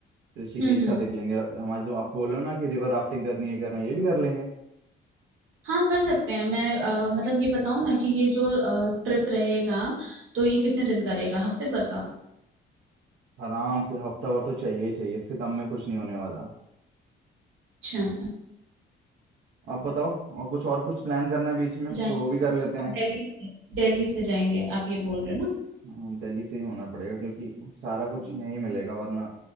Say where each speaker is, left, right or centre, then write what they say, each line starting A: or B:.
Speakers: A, on the right (about 65°); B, on the right (about 85°).
A: ऋषिकेश
B: हम्म हम्म
A: का देख लेंगे हमारी जो आप बोलो ना कि रिवर राफ्टिंग करनी है करना है, ये भी कर लेंगे
B: हाँ कर सकते हैं मैं अ, मतलब ये बताऊँ ना कि ये जो ट्रिप रहेगा तो ये कितने दिन का रहेगा हफ्ते भर का
A: आराम से हफ्ता भर तो चाहिए ही चाहिए इससे कम में कुछ नहीं होने वाला
B: अच्छा अच्छा,
A: आप बताओ और कुछ और कुछ प्लान करना है बीच में
B: जाएंगे
A: तो वो भी कर लेते हैं
B: और दिल्ली से दिल्ली से जाएंगे आप ये बोल रहे हो ना
A: हाँ, दिल्ली से ही होना पड़ेगा क्योंकि सारा कुछ यहीं मिलेगा वरना